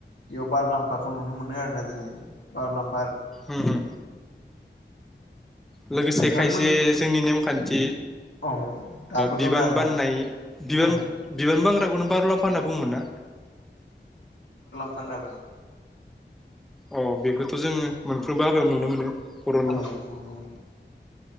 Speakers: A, on the left (about 80°); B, in the centre.
A: बेयाव बार लाम्फाखौ नुनो मोनो आरो ना जोंङो बारलां
B: ओ ओ लोगोसे
A: नोंथांमोन
B: खायसे जोंनि नेमखान्थि
A: औ दाबो
B: बिबान
A: दं आरोना
B: बाननाय बियोन
A: औ
B: बियोन। बांग्राखौनो बारुलामफा होनना बुङोमोनना।
A: फानना बुङो।
B: अ बेखौथ' जोङो। मोनफ्रोमबो हाबायाव नुनो मोनो। बर'नि
A: अं।